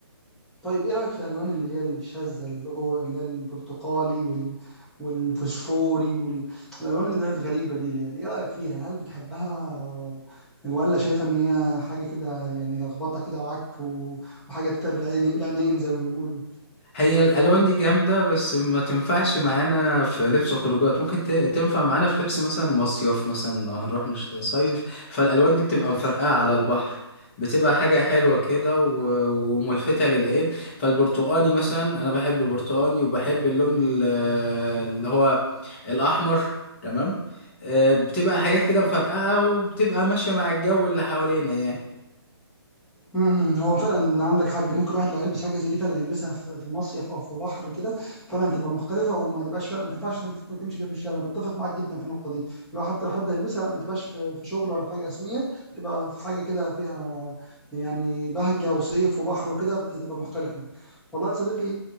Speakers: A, in the centre; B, on the left.
A: طيب ايه رأيك في الالوان اللي هي الشاذة الأو- اللي هي البرتقالي وال... والفوسفوري والالوان اللي هي الغريبة دي يعني ايه رأيك فيها هل بتحبها و- ولا شايفة ان هي حاجة كده يعني لخبطة كده وعك و... وحاجة تتعب العين العينين زي ما بيقولوا
B: هي الالوان دي جامده بس ما تنفعش معانا في لبس خروجات ممكن ت- تنفع معانا في لبس مثلا مصيف مثلا لو هنروح نش- صيف فالالوان دي بتبقى مفرقعه على البحر بتبقى حاجه حلوه كده و- وملفته للعين فالبرتقاني مثلا انا بحب برتقاني وبحب اللون ال- اللي هو الاحمر تمام آه، بتبقى حاجات كده مفرقعه وبتبقى ماشيه مع الجو اللي حوالينا يعني
A: امم هو فعلا عندك حاج ممكن الواحد لو هيلبس حاجه زي دي فعلا يلبسها في في مصيف او في بحر كده فعلا تبقى مختلفه وما تبقاش فعلا ما تنفعش تم- تمشي بيها في الشارع انا بتفق معاك جدا في النقطه دي لو حتى لو حد هيلبسها ما تبقاش في في شغل ولا في حاجه رسميه تبقى في حاجه كده فيها يعني بهجه وصيف وبحر وكده بت- تبقى مختلفه والله يا صديقي